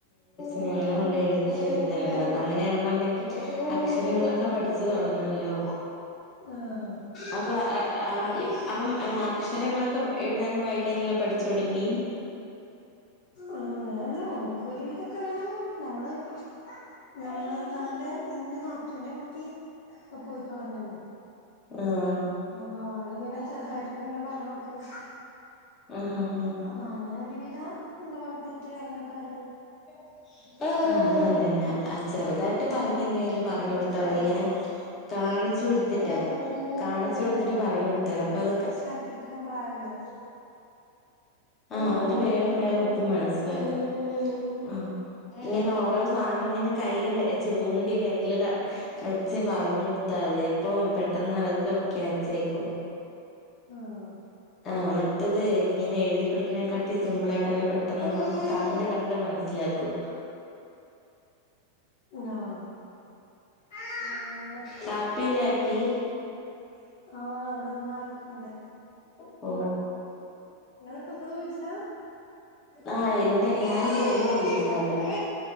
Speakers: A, on the left; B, on the left.
A: ഞാൻ വിചാരിച്ച് ഇനി അങ്ങനെ കൊണ്ട് എഴു ത്തിലുള്ളത് അങ്ങനെയാണെന്നുണ്ടെങ്കിൽ അക്ഷരങ്ങളൊക്കെ പഠിച്ച് തുട- ങ്ങാലോ
B: ആഹ്
A: അപ്പൊ അ ആ അപ്പം ഏഹ് അക്ഷരങ്ങളൊക്കെ എഴുതാനും വായിക്കാനും എല്ലാം പഠിച്ചു തുടങ്ങി
B: ആഹ് അങ്ങനെയല്ല ഓൻക്ക് ഒരു വിതൊക്കെ നമ്മള് ഞമ്മള് <unintelligible> ന്റെ നാത്തൂന്റെ കുട്ടി ഇപ്പ പോയിതൊടങ്ണ്ട്
A: ആഹ്
B: അപ്പൊ ആള് ഇങ്ങനെ ചെറുതായിട്ടൊക്കങ്ങനെ പറഞ്ഞൊട്ക്കു
A: ആഹ് ആഹ് ആഹ്
B: അപ്പൊ അങ്ങനെ ഒരു വിധം എന്താ വൺ ടു ത്രീ അങ്ങനെയൊക്കെ അറിയാം
A: <inaudible> ആഹ് അല്ലല്ല ചെറുതായിട്ട് പറഞ്ഞ എന്തെങ്കിലും പറഞ് കൊടുത്താ മതി ഇവന് കാണിച്ചു കൊടുത്തിട്ടേ കാണിച്ചു കൊടുത്തിട്ട് പറഞ്ഞ് കൊടുത്ത മതി അപ്പ അത്
B: ന്റട്ത് നിക്കുന്ന പ്രായല്ലേ
A: ആഹ്
B: അപ്പൊ
A: അവര്
B: പെട്ടെന്ന്
A: വേഗം
B: കിട്ടും
A: വേഗം ഇപ്പം മനസ്സിലാക്കും ആഹ് ഇങ്ങനെ ഓരോ സാധനം ഇങ്ങനെ കൈ ചൂണ്ടി വിരലു ക വെച്ച് പറഞ്ഞു കൊടുത്താ മതി അപ്പൊ പെട്ടെന്ന് അവർക്ക് ക്യാച്ച് ആയിക്കോളും.
B: ആഹ്
A: ആഹ് മറ്റത് ഇങ്ങനെ എഴുതി പഠിക്കതിനെക്കാട്ടി സിമ്പിളായിട്ട് അവര് പെട്ടെന്ന് കണ്ട് കണ്ട് മനസ്സിലാക്കും.
B: ആഹ് പിന്നെ
A: കാപ്പിലാക്കി
B: ആഹ് അവിടെ ഉമ്മ യാക്കണ്ട്
A: ഓ
B: നിങ്ങളിപ്പോ നിങ്ങടെ വീട്ടിലാ
A: ആഹ് എന്റെ ഞാനിപ്പോ എൻ്റെ വീട്ടിലാ ഉള്ളെ